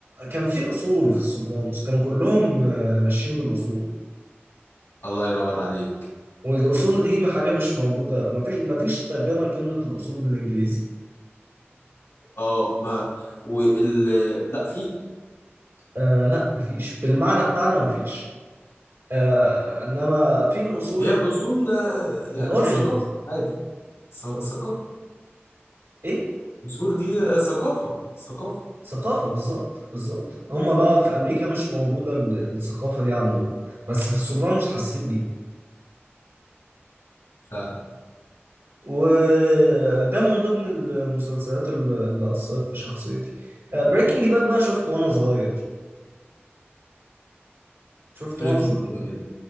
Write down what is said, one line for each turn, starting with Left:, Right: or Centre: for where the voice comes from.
Right: كان في اصول في السوبرانوس كانوا كلهم آه، ماشيين بالاصول
Left: الله ينور عليك
Right: والاصول دي حاجه مش موجوده ما فيش ما فيش ترجمه لكلمه الاصول بالانجليزي
Left: اه ما وال لا في
Right: آه لا مفيش بالمعنى بتاعنا مفيش آه انما في الاصول
Left: هي الاصول آه، يعني
Right: الاوريجينز
Left: ثقافه عادي ث- ثقافه
Right: ايه
Left: الاصول دي آه، ثقافه ثقافه
Right: ثقافه بالظبط بالظبط هم بقى في امريكا مش موجوده ال- الثقافه دي عندهم بس في السوبرانوس حسيت بيها
Left: فعلا
Right: وده من ضمن المسلسلات ال- اللي اثرت في شخصيتي بريكنج باد بقى شفته وانا صغير شفته
Left: بريكنج
Right: وانا صغير
Left: باد